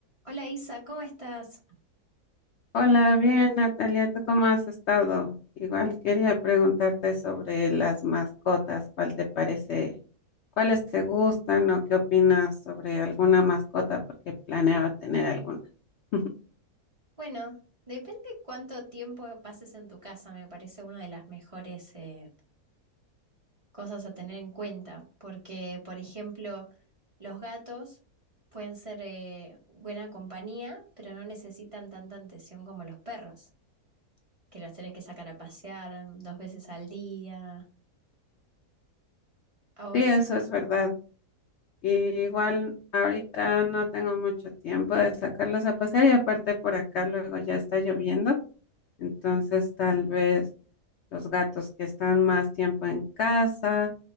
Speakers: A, on the right; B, on the left.
A: Hola Isa, ¿cómo estás?
B: Hola, bien, Natalia, ¿tú cómo has estado? Igual quería preguntarte sobre las mascotas, ¿cuál te parece? ¿Cuáles te gustan o qué opinas sobre alguna mascota? Porque planeaba tener alguna. <laughs>
A: Bueno, depende cuánto tiempo pases en tu casa, me parece una de las mejores eh, cosas a tener en cuenta, porque, por ejemplo, los gatos pueden ser eh, buena compañía, pero no necesitan tanta atención como los perros, que los tenés que sacar a pasear dos veces al día. A vos,
B: Sí, eso es verdad. Y igual ahorita no tengo mucho tiempo de sacarlos a pasear y aparte por acá luego ya está lloviendo, entonces tal vez los gatos que están más tiempo en casa